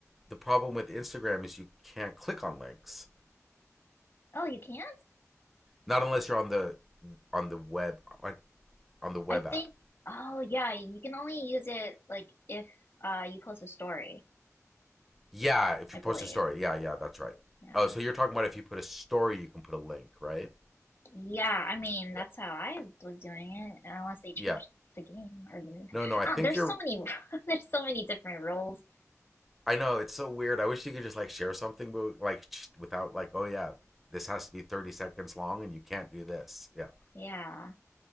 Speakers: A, in the centre; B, on the left.
A: the problem with Instagram is you can't click on links,
B: oh, you can?
A: not unless you're on the on the web on, on the web
B: I think,
A: app.
B: oh yeah, you can only use it like if uh you post a story,
A: Yeah, if
B: I
A: you
B: believe.
A: post a story. Yeah, yeah, that's right.
B: Yeah.
A: Oh, so you're talking about if you put a story, you can put a link, right?
B: Yeah, I mean, that's
A: Yeah.
B: how I was doing it, unless they changed
A: Yeah.
B: the game or the
A: No, no, I
B: uh,
A: think
B: there's
A: you're
B: so many <laughs> there's so many different rules.
A: I know it's so weird. I wish you could just like share something but like sh- without like, oh yeah, this has to be 30 seconds long and you can't do this. Yeah.
B: Yeah.